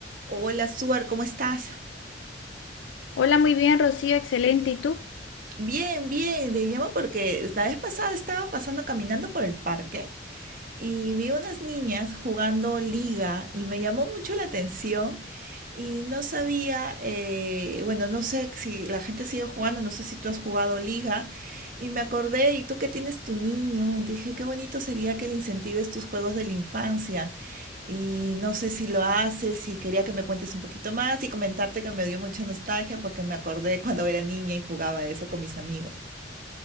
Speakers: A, on the right (about 50°); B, on the left (about 80°).
A: Hola, Suar, ¿cómo estás?
B: Hola, muy bien, Rocío, excelente. ¿Y tú?
A: Bien, bien, te llamo porque la vez pasada estaba pasando caminando por el parque y vi unas niñas jugando liga y me llamó mucho la atención y no sabía, eh, bueno, no sé si la gente sigue jugando, no sé si tú has jugado liga y me acordé, ¿y tú que tienes tu niño? Y dije, qué bonito sería que le incentives tus juegos de la infancia. Y no sé si lo haces y quería que me cuentes un poquito más y comentarte que me dio mucha nostalgia porque me acordé cuando era niña y jugaba eso con mis amigos.